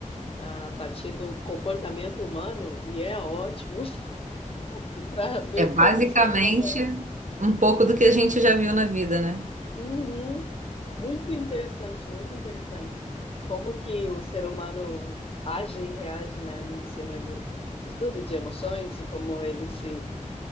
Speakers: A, on the left; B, on the right.
A: ah, a partir do comportamento humano e é ótimo <laughs> para ver
B: é basicamente
A: como o ser humano
B: um pouco do que a gente já viu na vida, né?
A: Uhum. Muito interessante, muito interessante. Como que o ser humano age e reage, né, em cima de, de tudo, de emoções e como ele se,